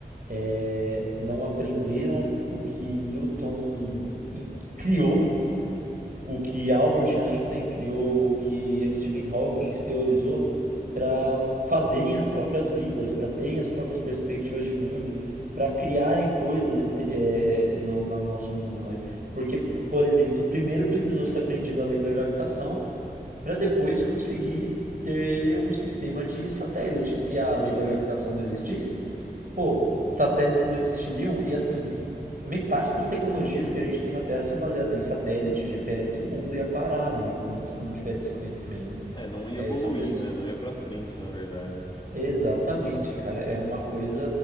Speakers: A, on the right; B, on the left.
A: eh, não aprenderam o que Newton in- criou o que Albert Einstein criou, o que Stephen Hawking teorizou para fazerem as próprias vidas, para terem as próprias perspectivas de mundo, para criarem coisas e te- eh, no, no nosso mundo, né? Porque, por exemplo, primeiro precisou ser aprendida a lei da gravitação para depois conseguir ter um sistema de satélite. Se a
B: Sim,
A: lei da gravitação não existisse, Pô, satélites não existiriam e assim, metade das tecnologias que a gente tem na Terra são baseadas em satélite, GPS, o mundo ia parar, né, com se não tivesse esse conhecimento.
B: é, não ia
A: É,
B: evoluir,
A: são pessoas...
B: né? Não ia para frente, na verdade.
A: Exatamente, cara, é uma coisa